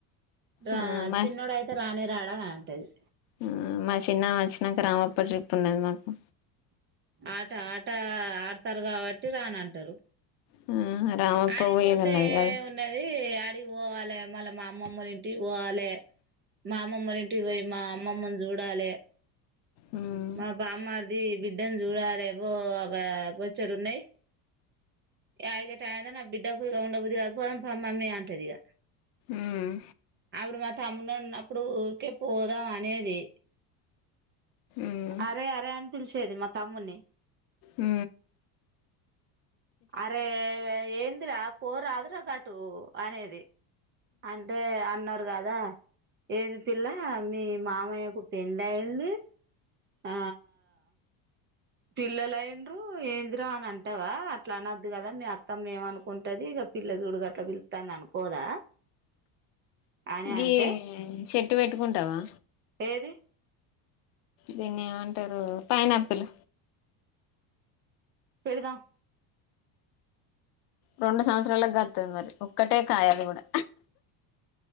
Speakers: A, on the right; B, on the left.
A: రా
B: ఆ మా
A: చిన్నోడుయితే రాణే రాడా ఆ అంటది
B: ఆ మా చిన్నామె వచ్చినాక రామప్ప ట్రిప్ ఉన్నది మాకు
A: ఆట ఆట ఆడతారు కాబట్టి రాని అంటారు
B: ఆ రామప్ప
A: ఆడిపోతే
B: పోయేది ఉన్నది కాదు
A: ఉన్నది ఆడి పోవాలి మళ్ళ మా అమ్మమ్మలు ఇంటి పోవాలి మామమ్మరింటి పోయయి మా అమ్మమ్మ చూడాలే
B: మ్మ్
A: మా బామ్మది ఎద్ద చూడాల ఎవో అ పోచ్చడు ఉన్నాయి ఎడిగ ట నా బిడ్డకు ఉండబద్ కాకపోదం పోదాం పా మమ్మీ అంటదిక
B: మ్మ్
A: ఆడు మా తమ్ముడు ఉన్నప్పుడు ఊరికే పోదాం అనేది
B: మ్మ్
A: అరే అరే అనిపిిల్ సే మా తమ్మునే
B: ఉ
A: అరే ఏందిరా అప్ పో రాదు రా గటు అనేది అంటే అన్నర్ రాదా ఏది పిల్ల మీ మామయ్య కు పెళ్లి అయింది ఆ పిల్లలు అయ్యిండ్రు ఏంది రా అని అంటావా అట్లా అనద్దు కదా మీ అత్తమ్మ ఏమనుకుంటాది ఇగ పిల్ల చూడు గట్లా పిలుతాంది అనుకోదా అని
B: దీ
A: అంటే
B: చేట్ ఇట్టు పెట్టుకుంటావా
A: ఏది
B: దీన్ని ఏమంటారు పైనాపిల్
A: పెడుదాం
B: రెండు సంవత్సరాలకు గాత్తది మరి ఒక్కటే కాయ అది కూడా